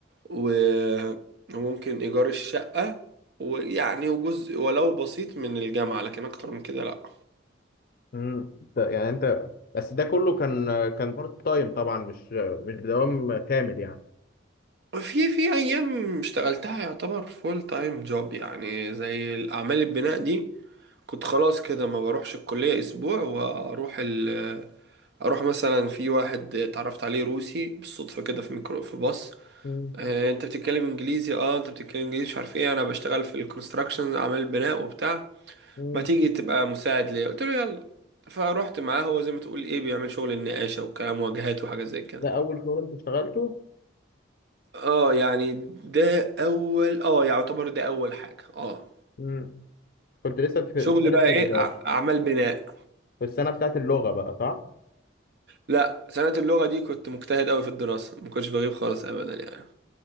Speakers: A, on the right; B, on the left.
A: و- وممكن ايجار الشقه ويعني وجزء ولو بسيط من الجامعه لكن اكتر من كده لا
B: مم. ت- يعني انت بس ده كله كان كان بارت تايم طبعا مش مش بدوام كامل يعني
A: في في ايام اشتغلتها يعتبر فول تايم جوب يعني زي الاعمال البناء دي كنت خلاص كده ما بروحش الكلية أسبوع وأروح ال أروح مثلا في واحد اتعرفت عليه روسي بالصدفة كده في ميكرو في باص
B: مم.
A: آه، أنت بتتكلم إنجليزي أه أنت بتتكلم إنجليزي مش عارف إيه أنا بشتغل في الكونستراكشن أعمال بناء وبتاع
B: مم.
A: ما تيجي تبقى مساعد ليا قلت له يلا فروحت معاه هو زي ما تقول إيه بيعمل شغل النقاشة والكلام واجهات وحاجات زي كده
B: ده اول شغل انت اشتغلته
A: أه يعني ده أول أه يعتبر ده أول حاجة أه
B: مم. كنت لسه في
A: شغل
B: في سنه
A: بقى
B: ال...
A: إيه أع- أعمال بناء
B: في السنه بتاعت اللغه بقى صح
A: لا سنة اللغة دي كنت مجتهد أوي في الدراسة ما كنتش بغيب خالص أبدا يعني